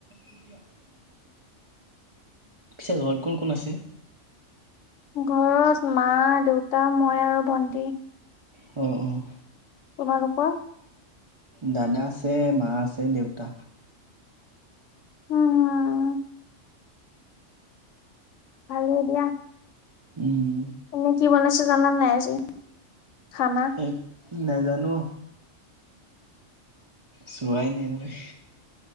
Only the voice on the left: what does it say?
ঘৰত মা, দেউতা, মই আৰু ভন্টি।
তোমালোকৰ?
উম। ভালে দিয়া।
ম কি বনাইছে জানান নাই আজি? খানা